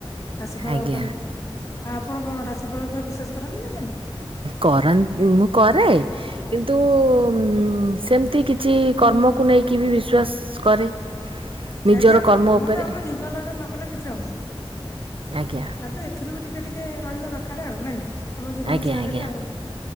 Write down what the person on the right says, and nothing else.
ଆଜ୍ଞା
କରନ୍ତ, ମୁଁ କରେ କିନ୍ତୁ, ଉ ସେମିତି କିଛି କର୍ମକୁ ନେଇକି ବି ବିଶ୍ଵାସ କରେ ନିଜର
ଉପରେ
ଆଜ୍ଞା
ଆଜ୍ଞା
ଆଜ୍ଞା।